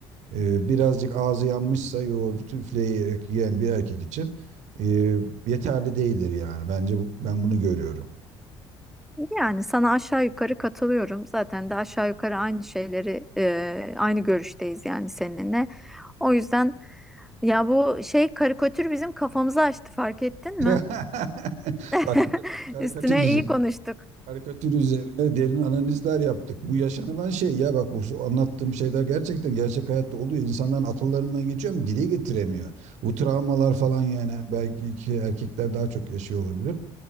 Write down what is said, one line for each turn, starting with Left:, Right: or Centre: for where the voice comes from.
Right: E, birazcık ağzı yanmışsa yoğurdu üfleyerek yiyen bir erkek için e, yeterli değildir yani. Bence bu, ben bunu görüyorum.
Centre: Yani sana aşağı yukarı katılıyorum. Zaten de aşağı yukarı aynı şeyleri e, aynı görüşteyiz yani seninle. O yüzden ya bu şey karikatür bizim kafamızı açtı fark ettin
Right: <laughs>
Centre: mi? <laughs>
Right: Bak karik- karikatür
Centre: Üstüne
Right: üze-
Centre: iyi konuştuk.
Right: karikatür üzerine derin analizler yaptık. Bu yaşanılan şey ya bak bu su- anlattığım şeyler gerçekten gerçek hayatta oluyor. İnsanların akıllarından geçiyor ama dile getiremiyor. Bu travmalar falan yani belki ki erkekler daha çok yaşıyor olabilir.